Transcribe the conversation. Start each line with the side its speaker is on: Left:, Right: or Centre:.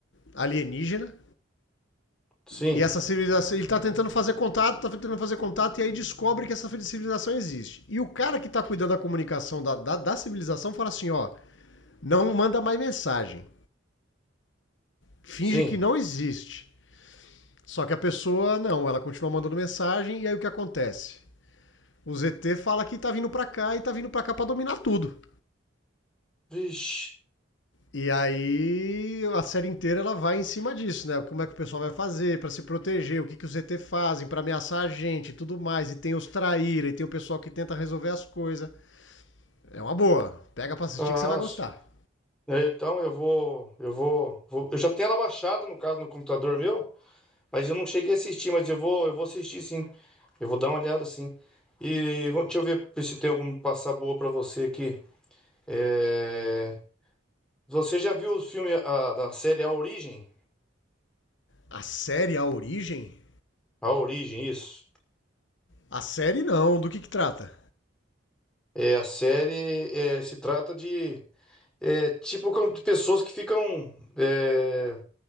Left: alienígena
Centre: sim,
Left: E essa civilização, ele está tentando fazer contato, está tentando fazer contato, e aí descobre que essa civilização existe. E o cara que está cuidando da comunicação da, da, da civilização fala assim: ó, não manda mais mensagem. Finge
Centre: sim.
Left: que não existe. Só que a pessoa, não, ela continua mandando mensagem, e aí o que acontece? O ZT fala que tá vindo pra cá e tá vindo pra cá pra dominar tudo.
Centre: Vixe.
Left: E aí a série inteira ela vai em cima disso, né? Como é que o pessoal vai fazer para se proteger, o que, que os ET fazem para ameaçar a gente e tudo mais. E tem os traíra, e tem o pessoal que tenta resolver as coisas. É uma boa. Pega pra assistir
Centre: Ah,
Left: que você vai gostar.
Centre: É, Então eu vou, eu vou, vou- eu já tenho ela baixada no caso no computador meu, mas eu não cheguei a assistir, mas eu vou, eu vou assistir sim. Eu vou dar uma olhada sim. E vou- deixa eu ver se tem alguma passar boa pra você aqui. É, Você já viu o filme a- da série A Origem?
Left: A série A Origem?
Centre: A Origem, isso.
Left: A série não, do que que trata?
Centre: É a série é, se trata de é, tipo como de pessoas que ficam é,